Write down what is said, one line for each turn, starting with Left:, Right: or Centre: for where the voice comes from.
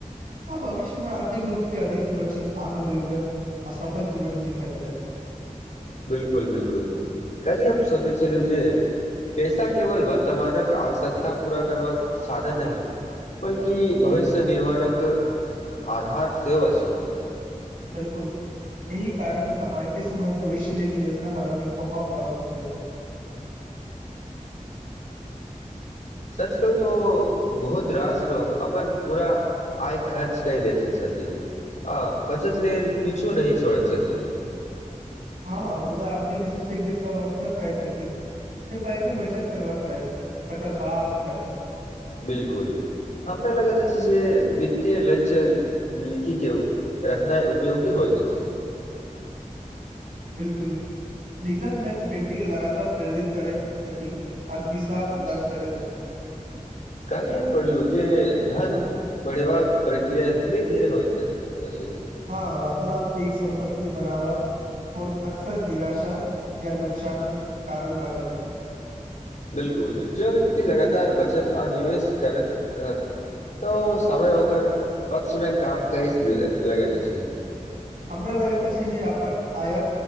Right: आ भविष्य आर्थिक रूप से अधिक सुरक्षित आत्मनिर्भर आ सफल जीवन जी सकैत अछि
Left: बिलकुल बिलकुल काल्हि हम सोचे छलू जे पेसा केवल वर्तमानक आवश्यकता पूरा करबाक साधन नय बल्कि भविष्य निर्माणक आधार सेहो अछि
Right: बिल्कुल एहि कारण कमाइते समय भविष्य लेल योजना बनाउने बहुत आवश्यक होइत अछि
Left: सच कहू तो बहुत रास लोक अपन पूरा आय खर्च कय दैत छथि आ बचत लेल किछो नहि छोड़ैत छथि
Right: हँ मुदा आर्थिक विशेषज्ञ सब अकसर कहै छथि जे पहिने बचत करबाक चाही तकर बाद खर्च
Left: बिलकुल हमरा लगैत अछि जे वित्तीय लक्ष्य लिखि कऽ रखनाइ उपयोगी होइत छय
Right: बिल्कुल लिखल लक्ष्य व्यक्ति के लगातार प्रेरित करैत अछि आ दिशा प्रदान करैत अछि
Left: कालही हम पड़लू जे धन बढ़ेबाक प्रक्रिया धीरे धीरे होइत अछि अछि
Right: हँ रातो रात पैघ संपति बनावक सोच अक्सर निराशा य नुकसानत कारण बनाैत छय
Left: बिलकुल जो व्यक्ति लगातार बचत आ निवेश करैत रहत तऽ ओ समय ओकर पक्षमे काम कयी लऽ लगैत अछि
Right: हमरा लगे तऽ छी जे अपन आयत